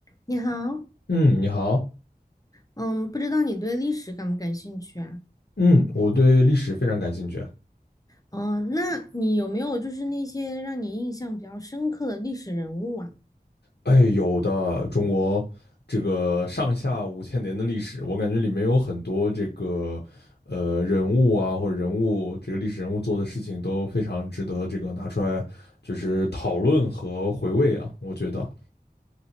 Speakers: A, on the left (about 20°); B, on the left (about 80°).
A: 你好，
B: 嗯，你好。
A: 嗯，不知道你对历史感不感兴趣啊？
B: 嗯，我对历史非常感兴趣啊。
A: 嗯，那你有没有就是那些让你印象比较深刻的历史人物啊？
B: 哎，有的，中国这个上下五千年的历史，我感觉里面有很多这个呃人物啊，或者人物这个历史人物做的事情都非常值得这个拿出来就是讨论和回味啊。我觉得，